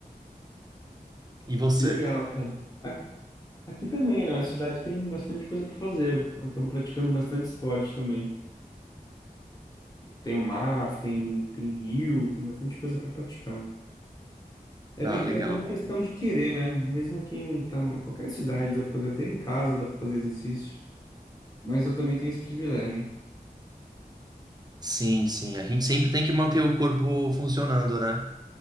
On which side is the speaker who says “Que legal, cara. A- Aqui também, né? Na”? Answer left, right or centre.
Left